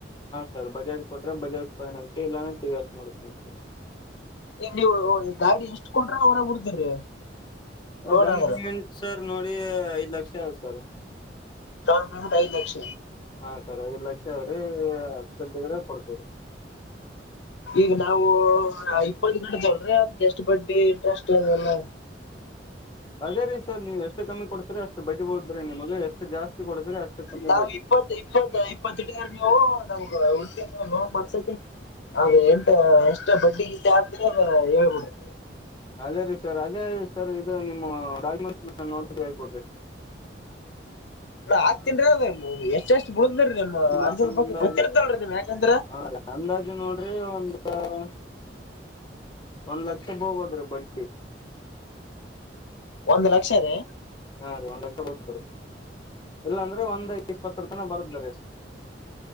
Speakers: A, on the left; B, on the left.
A: ಸರ್ ಬಜಾಜ್ ಕೊಟ್ರೆ ಬಜಾಜ್ ಫೈನಾನ್ಸಿ ಇಲ್ಲ ಟಿ ವಿ ಎಸ್ ನೋಡ್ತೀನಿ ಸರ್
B: ಈ ನೀವು ಗಾಡಿ ಎಷ್ಟ್ ಕೊಡ್ರ ಹೊರ ಬಿಡ್ತೀರಿ. ಲೋನ್
A: ಡೌನ್
B: ಆದ್ರ
A: ಪೇಮೆಂಟ್ ಸರ್ ನೋಡಿ ಐದ್ ಲಕ್ಷ ಆ ಸರ್.
B: <unintelligible> ಐದು ಲಕ್ಷ.
A: ಹಾ ಸರ್ ಐದು ಲಕ್ಷ ಆದ್ರೆ ಆತ್ ಕಟ್ಟಿದ್ರ ಕೊಡಬಹುದು.
B: ಈಗ ನಾವು ಇಪ್ಪತ್ ಗಂಟದಲ್ ಅದ ಎಷ್ಟ್ ಬಡ್ಡಿ ಇಂಟ್ರೆಸ್ಟ್ ಅಲ್ಲ.
A: ಅದೇ ರೀ ಸರ್ ನೀವು ಎಷ್ಟು ಕಮ್ಮಿ ಕೊಡ್ತೀರಿ ಅಷ್ಟು ಬಡ್ಡಿಬೋದ್ರೀ ನಿಮ್ಮ ಮಗ ಎಷ್ಟು ಜಾಸ್ತಿ ಕೊಡ್ತೀರಿ ಅಷ್ಟು. ಕಮ್ಮಿ
B: ನಾವು
A: ಬಡ್ಡಿ
B: ಇಪ್ಪತ್ ಇಪ್ಪತ್ ಇಪ್ಪತ್ತುಡಾರ ನೀವು ನಮಗ ಉಳಿದಿದ್ದು ಲೋನ್ಮಾಡ್ಸತಿ. ಅದೇ ಎಂಟ ಎಷ್ಟ ಬಡ್ಡಿ ಗೀತೆ ಹಾಕ್ದ್ರ ಹೇಳ್ಬಿಡ್ರಿ.
A: ಇಲ್ಲೇ ರೀ ಸರ್ ಅದೇ ಸರ್ ಇದು ನಿಮ್ಮ ಡಾಕ್ಯುಮೆಂಟ್ಸ್ ನೋಡ್ಬ ಕೊಡ್ರಿ. <inaudible>
B: ಇ ಹಾಕ್ತನ್ ರಿ ಅದ ಎಷ್ಟಷ್ಟು. ಉಳ್ದ್ರಿ ನಿಮ್
A: ನಿಮ್ಮ
B: ಅಂಜದ
A: ಅಂದಾಜು
B: ಬಗ್ಗೆ ಗೊತ್ತಿರ್ತಲ್ರಿ ನೀಮ್ ಯಾಕಂದ್ರ.
A: ಹಾ ಅಂದಾಜು ನೋಡ್ರಿ <unintelligible> ಒಂದ್ ಲಕ್ಷ ಹೋಗಬೋದ್ರೀ ಬಡ್
B: ಒಂದು ಲಕ್ಷ ರೀ.
A: ಹಾ ಅದೀ ಒಂದ್ ಲಕ್ಷ <unintelligible> ಬಿಡ ಇಲ್ಲಾಂದ್ರೆ ಒಂದ. ಇಪ್ಪತ್ತು ರೂಪಾಯಿ ನ ಬರುತ್ತದೆ.